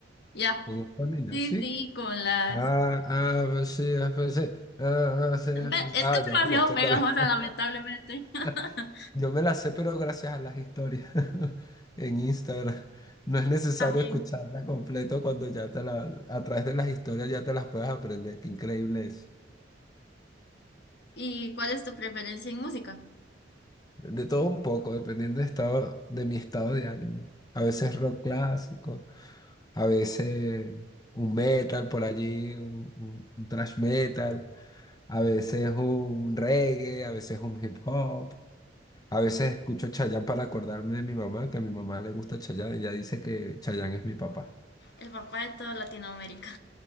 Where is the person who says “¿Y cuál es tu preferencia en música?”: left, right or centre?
Left